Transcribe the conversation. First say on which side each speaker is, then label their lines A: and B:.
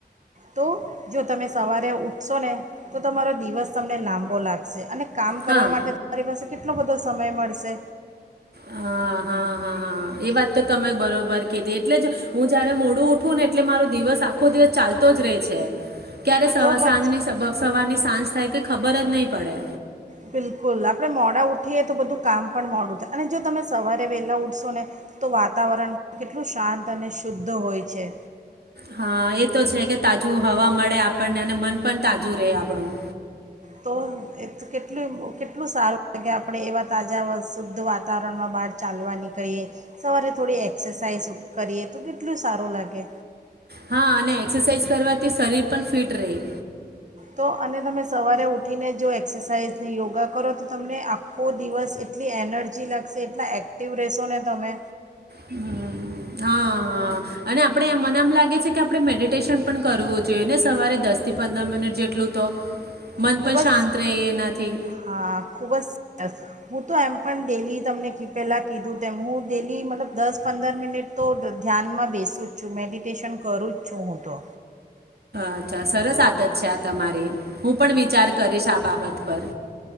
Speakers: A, on the right; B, on the right.
A: તો જો તમે સવારે ઉઠશો ને તો તમારો દિવસ તમને લાંબો લાગ શે અને કામ કરવા
B: હા
A: માટે તમારી પાસે કેટ ટલો બધો સમય મળશે.
B: હા હા હા હા એ વાત તો તમે બરોબર કે એટલે જ હું જયારે મોડું ઉઠું ને એટલે મારો દિવસ આખો દિવસ ચાલતો જ રહેે છે. ક્યારે સવા
A: તો પછી
B: સાંજની સ સવારની સાંજ થાય કે ખબર જ નહીં પડે.
A: બિલકુલ, આપણે મોડા ઉઠીએ તો બધું કામ પણ મોડું થાય અને જો તમે સવારે વહેલા ઉઠશો ને તો વાતાવરણ કેટલું શાંત અને શુદ્ધ હોય છે.
B: હા એ તો છે કે તાજું હવા મળે આપણને અને મન પણ તાજું રહે આપણું.
A: તો એ કેટલું કેટલું સારું આપણે એવા તાજા વ શુદ્ધ વાતાવરણમાં બહાર ચાલવા નીકળીએ સવારે થોડી એક્સરસાાઈઝ કરીએ તો કેટલું સારું લાગે.
B: હા અને એક્સરસાઇઝ કરવાથી શરીર પણ ફિટ રેય.
A: તો અને તમે સવારે ઉઠીને જો એક્સરસાઇઝ ને યોગા કરો તો તમને આખો દિવસ એટલી એનર્જી લાગશે એટલા એક્ટિવ રહેશો ને તમે
B: હમ્મ હા હા અને આપણે મને એમ લાગે છે કે આપણે મેડિટેશન પણ કરવું જોઈએ ને સવારે દસ થી પંદર મિનિટ જેટલું તો. મન
A: ખુબ
B: પણ શાંત
A: જ
B: રહે એનાથી
A: હા ખુબ જ સરસ. હું તો એમ પણ ડેલી તમને ક પહેલાં કીધું તેમ હું ડેલી મતલબ દસ પંદર મિનિટ તો ધ્યાનમાં બેસું જ છું મેડિટેશન કરું જ છું હું તો.
B: અચ્છા સરસ આદત છે આ તમારી, હું પણ વિચાર કરીશ આ બાબત પર.